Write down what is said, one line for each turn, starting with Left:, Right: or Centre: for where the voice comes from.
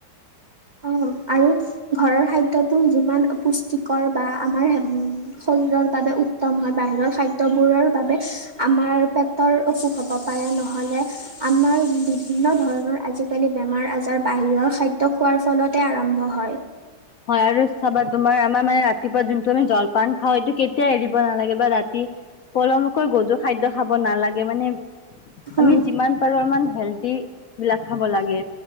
Right: <inaudible> আৰু ঘৰৰ খাদ্যবোৰ যিমান পুষ্টিকৰ বা আমাৰ শৰীৰৰ বাবে উত্তম হয় বাহিৰৰ খাদ্যবোৰৰ বাবে আমাৰ পেটৰ অসুখ হ'ব পাৰে। নহলে আমাৰ বিভিন্ন ধৰণৰ আজিকালি বেমাৰ আজাৰ বাহিৰৰ খাদ্য খোৱাৰ ফলতে আৰম্ভ হয়।
Left: হয় আৰু চাবা তোমাৰ আমাৰ মানে ৰাতিপুৱা যোনটো আমি জলপান খাওঁ এইটো কেতিয়াও এৰিব নালাগে বা ৰাতি পলমকৈ গধুৰ খাদ্য খাব নালাগে মানে।
Right: হয়
Left: আমি যিমান পাৰো ইমান হেলডি বিলাক খাব লাগে